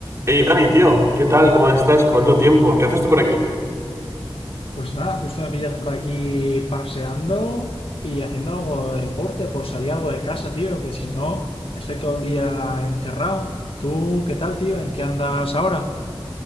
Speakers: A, on the right; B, on the left.
A: Hey Dani, tío, ¿qué tal? ¿Cómo estás? ¿Cuánto tiempo? ¿Qué haces tú por aquí?
B: Pues nada, justo me pillas por aquí paseando y haciendo algo de deporte, por salir algo de casa, tío, que si no estoy todo el día encerrado. ¿Tú qué tal, tío? ¿En qué andas ahora?